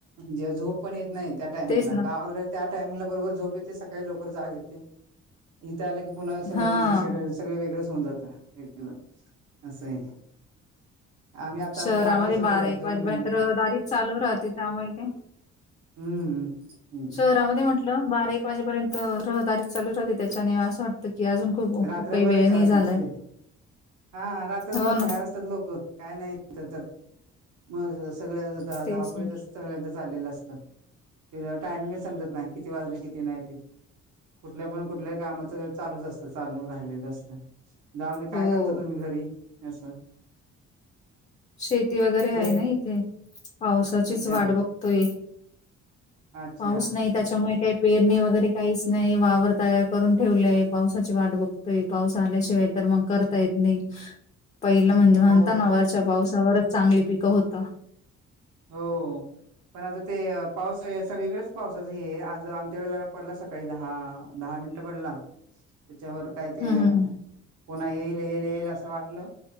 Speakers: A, on the right; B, on the left.
A: जा झोप. पण येत नाही त्या टायमिंगला.
B: तेच ना.
A: गावाकडे त्या टायमिंगला बरोबर झोप येते. सकाळी लवकर जाग येते. इथ आलं की पुन्हा सगळ
B: हां,
A: बिझी शेड्युल सगळ वेगळच होऊन जातं. हं. असं ए. आम्ही आता
B: शहरामध्ये
A: गावीच होतो दोन
B: वाजेपर्यंत
A: महिने.
B: रहदारीच चालू राहते. त्यामुळे काय -
A: हम्म. हम्म
B: शहरामध्ये म्हटलं बारा एक वाजेपर्यंत रहदारीच चालू राहते. त्याच्याने असं वाटतं की अजून खूप
A: रात्रभरच
B: खूप काही वेळ
A: चालू
B: नाही झालाय.
A: असते. हां. रात्रभरच
B: हो ना,
A: बाहेर असतात लोक. काय नाही. ते तर. मग सगळ ध
B: तेच
A: धावपळीत
B: ना.
A: - सगळ्यांच चाललेलं असतं. ते टायमिंगच समजत नाही. किती वाजले किती नाही ते? कुठल्या पण - कुठल्या कामाचं चालूच असतं. चालू राहिलेलं असतं. जाऊंदे काय
B: हो,
A: करता तुम्ही घरी? असं.
B: शेती वगैरे आहे
A: घरी
B: ना इथे. पावसाचीच
A: अच्छा
B: वाट बघतोय.
A: अच्छा
B: पाऊस नाही. त्याच्यामुळे काही पेरणी वगैरे काहीच नाही. वावर तयार करून ठेवलंय. पावसाची वाट बघतोय. पाऊस आल्याशिवाय तर मग करता येत नाही.
A: <unintelligible>
B: पहिलं
A: हो
B: म्हणजे म्हणता ना? वरच्या पावसावरच चांगली पिकं होतं.
A: हो. पण आता ते पाऊस सगळीकडेच पावसाचा हे आहे. आज आमच्याकडे जरा पडला स - काही दहा, दहा मिनिटं पडला. त्याच्यावर काय ते
B: हं, हं, हं.
A: पुन्हा येईल येईल येईल असं वाटलं -